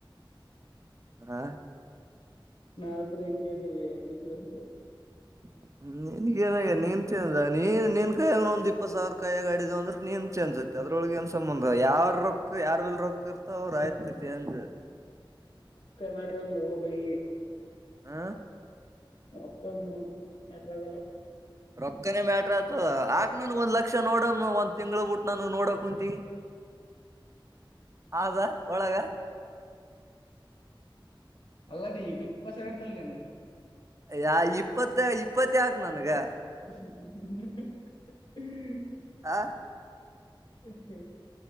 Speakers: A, on the right (about 35°); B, on the left (about 75°).
A: ಹಾ
B: ನಾಾದ್ರೆ ಹೆಂಗಗೆ ಇದೀ ಹೆಂಗ ಹಂಗೆ
A: <inaudible> ನನ್ಗೇನಾಗ ನೀನ್ ಚನ್ಂದ ನೀನ್ ನಿನ್ ಕಾಯಿಯಾಗ ಒಂದ್ ಇಪ್ಪತ್ ಸಾವಿರ ಕಾಯಿಿಯಗ ಆಡಿದ ಅಂದ್ರೆ ನೀನ್ ಚೇನ್ಸಕ್ ಚದ್ರೊಳಗೆ ಏನ್ ಸಂಬಂಧ ಯಾವ ರೊಕ್ಕ ಯಾರ್ ಎಲ್ ರೊಕ್ಕ ಇರ್ತೋ ಅವ್ರ ಆಯ್ತು ಚೇಂಜ್
B: ರೊ ಮ್ಯಾಟ್ರ ಲೋ ಭೈ
A: ಹ
B: ಒಕ್ಕ ಮ್ಯಾ ಟ್ರಾಗಲ್ಲ
A: ರೊಕ್ಕನೆೇ ಮ್ಯಾಟ್ರ ಆಯತು ಆಾಕ್ ನನ್ಗ್ ಒಂದ್ ಲಕ್ಷ ನೋಡಮ್ಮ ಒಂದ್ ತಿ್ಳ ಬಿಟ್ಟ ನನಗ್ ನೋಡಕ್ ಕುಂತ ಹದಾ ಒಳಗ
B: ಅಲ್ಲ ನೀ ಇಪ್ಪ ಸರಿಂತಲ್ಲ ನನು
A: ಯಾ ಇಪ್ಪತ್ತ ಇಪ್ಪತ್ತ ಯಾಕು ನನಗೆ
B: ್ಮ
A: ಹಾ
B: ಹ